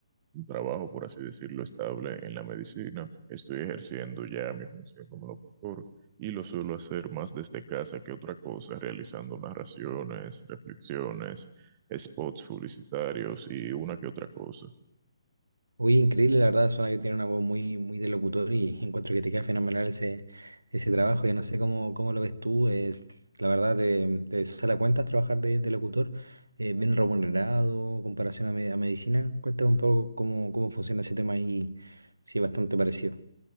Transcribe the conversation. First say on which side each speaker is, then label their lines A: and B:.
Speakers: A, on the right; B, on the right.
A: un trabajo, por así decirlo, estable en la medicina, estoy ejerciendo ya mi función como locutor y lo suelo hacer más desde casa que otra cosa, realizando narraciones, reflexiones, spots publicitarios y una que otra cosa.
B: Uy, increíble, la verdad, suena que tiene una voz muy, muy de locutor y encuentro que te queda fenomenal ese, ese trabajo. Yo no sé cómo, cómo lo ves tú, es, la verdad te, te sale a cuentas trabajar de, de locutor, eh, bien remunerado, comparación a, me- a medicina. Cuéntame un poco cómo, cómo funciona ese tema y si es bastante parecido.